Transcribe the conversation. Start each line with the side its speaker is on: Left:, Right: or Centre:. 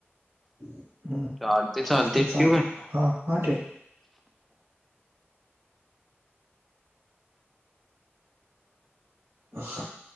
Right: हं
Centre: चालतंय,
Right: चालतय
Centre: चालतंय. ठेऊ
Right: चालतय
Centre: का?
Right: हा, हा ठेव. <inaudible>